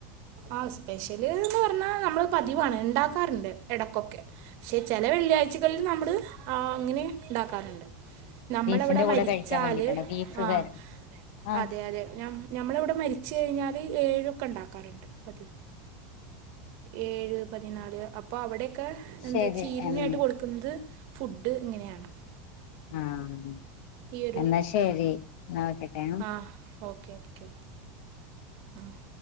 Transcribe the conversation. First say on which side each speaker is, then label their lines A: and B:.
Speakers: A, on the right; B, on the left.
A: ആഹ് സ്പെഷ്യല് എന്ന് പറഞ്ഞാൽ നമ്മൾ പതിവാണ് ഇണ്ടാക്കാറ്ണ്ട് എടക്കൊക്കെ പക്ഷെ ചെല വെള്ളിയാഴ്ചകളില് നമ്മള് ആഹ് അങ്ങനെ ഇണ്ടാക്കാറ്ണ്ട് നമ്മളവിടെ
B: ബീഫിന്റെ കൂടെ
A: മരിച്ചാല്
B: കഴിക്കാൻ വേണ്ടിട്ടാണ് ബീഫ്
A: ആഹ്
B: വേ ആ
A: അതെ അതെ ഞാൻ ഞമ്മളവിടെ മരിച്ച് കഴിഞ്ഞാല് ഏഴൊക്കെ ഇണ്ടാക്കാറ്ണ്ട് പതിവ് ഏഴ് പതിനാല് അപ്പോ അവടെയൊക്കെ എന്താ
B: ശരി
A: ചീരണിയായിട്ട്
B: ഉം
A: കൊടു കുന്നത് ഫുഡ് ഇങ്ങനെയാണ്
B: ആഹ്
A: ഈ ഒരു
B: എന്നാ ശരി എന്നാ വെക്കട്ടെ
A: ആ ഓക്കെ ഓക്കെ ആഹ്